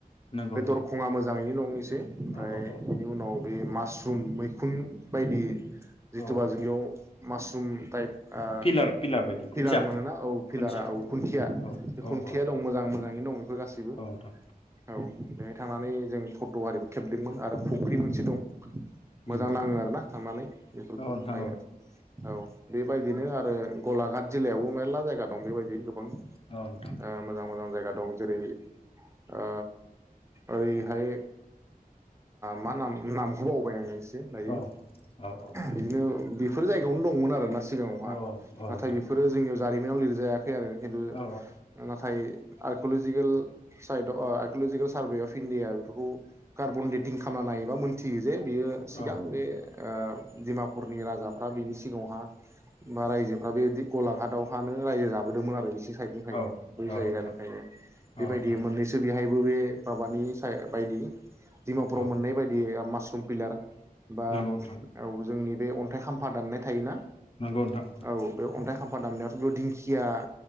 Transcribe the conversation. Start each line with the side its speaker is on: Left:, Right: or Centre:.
Left: नंगौ
Right: बे
Left: नोंथां
Right: दरखङा मोजाङैनो दङ ओमफ्राय
Left: औ औ औ
Right: बिनि उनाव बे मा मास्रुम मैखुन बायदि
Left: औ
Right: जिथुबा
Left: औ
Right: जों बेयाव मासरुम टाइप आ
Left: पिलार पिलार बायदि खुन्थिया
Right: पिलार मोनो ना औ पिलारा
Left: खुन्थिया
Right: औ खुन्थिया
Left: औ
Right: बे
Left: औ
Right: खुन्थिया
Left: औ
Right: दं मोजां मोजाङै दङ बेफोर गासैबो
Left: औ नोंथां
Right: औ बेहाय थांनानै जों फट' आरिबो खेबदोंमोन आरो फुख्रि मोनसे
Left: उम
Right: दं मोजां
Left: उम
Right: नाङो आरोना थांनानै बेफोरखौ
Left: औ नोंथां
Right: नायनो
Left: औ
Right: औ बे बायदिनो आरो गलाघाट जिल्लायावबो मेर्ला जायगा दं बेबायदि गोबां
Left: औ नोंथां
Right: ओ मोजां मोजां जायगा दं जेरै ओ ओरैहाय मा नाम नामखौ बावबाय आङो
Left: औ औ
Right: बिदिनो बेफोर जायगायावनो दंमोन आरो ना सिगाङावहा
Left: औ औ औ
Right: नाथाय
Left: नोंथां
Right: बेफोरो जोंनियाव जारिम नाव लिरजाया खै आरो खिन्थु
Left: औ
Right: नाथाय आर्क'ल'जिकेल साइद आर्क'लजिकेल सार्भे अफ इण्डिया बेफोरखौ कार्बन डेटिं खालामना नायोबा मोनथियो जे बियो सिगां
Left: औ
Right: बे ओ डिमापुरनि राजाफ्रा बिनि सिगाङावहा बा रायजो ओमफ्राय बे गलाघाटआवहानो रायजो जाबोदोंमोन आरो साइडनिफ्रायनो
Left: औ
Right: बै जायगानिफ्रायनो
Left: नोंथां
Right: बेबायदि
Left: औ नोंथां
Right: मोननैसो बेहाय बबे माबानि बायदि दिमापुराव
Left: औ
Right: मोननाय बायदि मा समफिलार बा
Left: नंगौ नोंथां
Right: औ जोंनि बे अन्थाइ खाम्फा दान्नाय थायोना
Left: नंगौ नोंथां
Right: औ बे अन्थाइ खाम्फा दामनायाथ' बेयाव दिंखिया